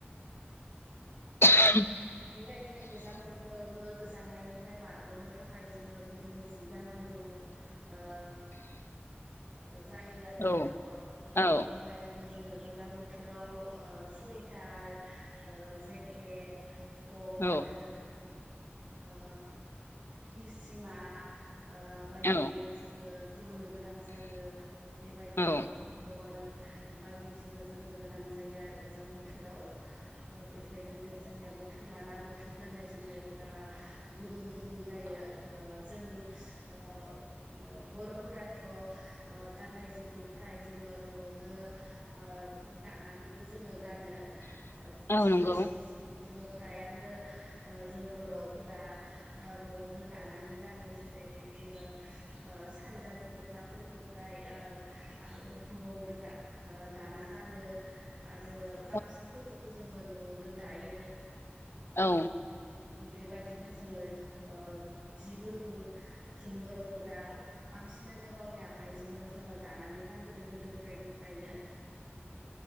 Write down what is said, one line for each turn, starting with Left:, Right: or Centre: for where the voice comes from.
Left: <inaudible>
Right: बेबायदिनो गोजां बोथोरावबो गोजांनायनिफ्राय बारग'नो थाखाय जोङो गुदुं जि गाननांगौ ओ जायो आरो
Left: औ
Right: अ'
Left: औ
Right: बेबायदि बिदिनो जोङो गोजां बोथोराव ओ सुइटार जेकेट कट
Left: औ
Right: ओ हिसिमा ओ बायदि
Left: औ
Right: जोङो जोंनो गोनां जायो बेबायदिनो
Left: औ
Right: कम्बल बायदि जोङो जोमनो गोनां जायो आरो गोजां बोथोराव। बेबायदिनो जोंनियाबो बोथोर लाना बोथोर गाननाय जोमनायफोरा गुबुन गुबुन जायो। ओ जों ओ बर' फोराथ' गाननाय जिखौ फ्राय जोङो न'आवनो ओ दानानैबो जोङो गानो। खायसे
Left: औ नंगौ
Right: खायसे जिखौ जोङो फ्रायानो ओ जों बर'फोरा ओ न'आवनो दानानै गानो। जेरै जोङो ओ सानजारि दख'ना फोरखो फ्राय ओ न'आवनो दा दाना गानो‌। आरो
Left: औ
Right: गामसाफोरखौबो जोङो न'आवनो दायो।
Left: औ
Right: बेबायदिनो जोङो ओ जिफोरखौ जों बर'फोरा बांसिनानो गावनि आखाइजोंनो जोङो दानानै गानबोदों गोदो गोदायनिफ्रायनो।